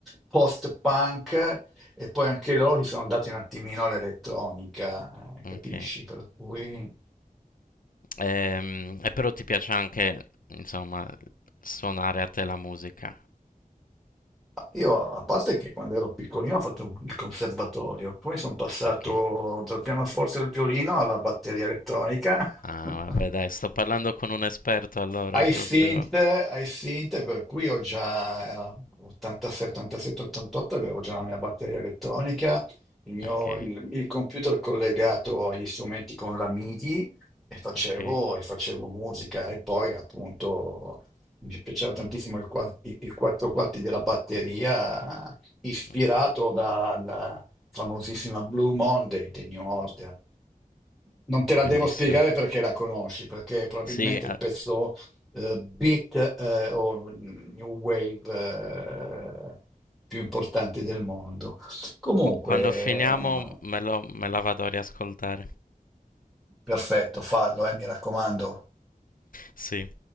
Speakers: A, in the centre; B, on the left (about 70°).
A: post-punk e poi anche loro si sono andati un attimino all'elettronica, eh, capisci?
B: ok.
A: Per cui...
B: Ehm, e però ti piace anche, insomma, suonare a te la musica,
A: Io, a parte che quando ero piccolino ho fatto il conservatorio, poi sono passato
B: ok?
A: dal pianoforte al violino alla batteria elettronica.
B: Ah,
A: <laughs>
B: vabbè, dai, sto parlando con un esperto allora,
A: I
B: proprio.
A: Synth, I Synth, per cui ho già, era 86, 87, 88, avevo già la mia batteria elettronica, il mio,
B: Ok,
A: il, il computer collegato agli strumenti con la MIDI e facevo,
B: ok,
A: e facevo musica e poi appunto mi piaceva tantissimo il, qua- i, i quattro quarti della batteria ispirato
B: ok,
A: dalla famosissima Blue Monday dei New Order. Non te la
B: bellissimo.
A: devo spiegare perché la conosci, perché probabilmente
B: Sì, eh,
A: il pezzo eh, beat eh, o new wave eh, più importanti del mondo. Comunque,
B: qu- quando
A: eh,
B: finiamo me lo, me la vado a riascoltare.
A: perfetto, fallo, eh, mi raccomando.
B: Sì.